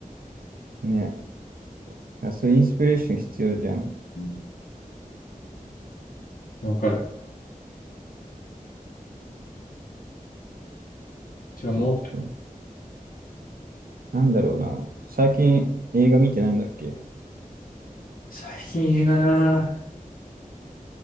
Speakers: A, on the right; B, on the left.
A: ね。あ、そういうインスピレーション必要じゃん。
B: うんわかる。じゃあもう、
A: そうそう。なんだろうな。最近映画見てないんだっけ
B: 最近映画な